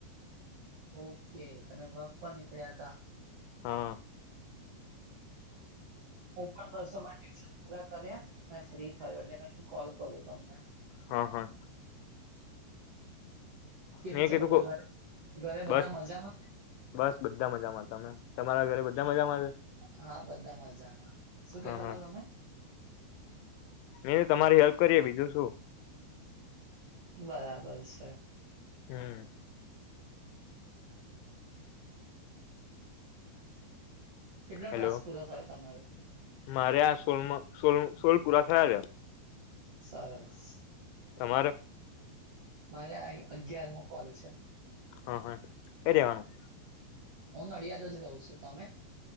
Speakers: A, on the right (about 65°); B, on the left (about 85°).
A: ઓકે તમે વક પર નીકળ્યા હતા.
B: હા
A: હું પણ બસ જો મારા ટ્યુશન પૂરા કર્યા, ને ફ્રી થયો, એટલે મે કોલ કરું તમને.
B: હા હા
A: કેમ
B: મેં
A: છે
B: કીધું
A: બધા ઘરે, ઘરે બધા
B: બસ
A: મજામાં?
B: બસ બધા મજામાં, તમે, તમારા ઘરે બધા મજામાં છે?
A: હા બધા મજામાં, શું
B: હા
A: કેતા
B: હા
A: તા તમે?
B: એ તમારી હેલ્પ કરીએ બીજું શું.
A: બરાબર છે.
B: હમ્મ
A: કેટલો ટાસ્ક
B: હેલો
A: પૂરો થયો તમારે?
B: મારે આ સોલમો, સોલ સોલ પૂરા થયા છે.
A: સરસ.
B: તમારે?
A: મારે આ ઇ અગિયાર મો કોલ છે.
B: હા હા, એરેવાનું
A: હું નડિયાદજ રહું છું, તમે?